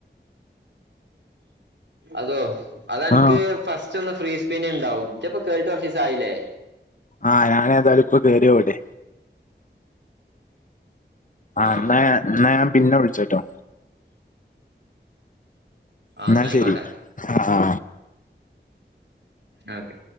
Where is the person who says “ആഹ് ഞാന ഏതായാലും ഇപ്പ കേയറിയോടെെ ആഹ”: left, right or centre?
Left